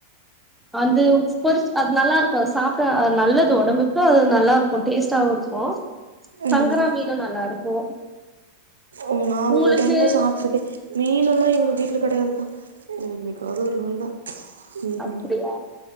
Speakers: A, in the centre; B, on the right.
A: அந்து பொரி அது நல்லா இருக்கு சாப்ட்டா நல்லது உடம்பு கு நல்லா இருக்கு டேஸ்ட்டாவு இருக்கு
B: ம்
A: சங்கரா மீனு நல்லா இருக்கு
B: ஒம் நா
A: உங்களுக்கு
B: ஒரு டைம் தா சாப்ட்டுருக்கே மீனெல்லா எங்க வீட்ல கெடையாதுக்கா என்னைக்காவது ஒரு நாள் தா நேம்
A: அப்டியா
B: இல்ல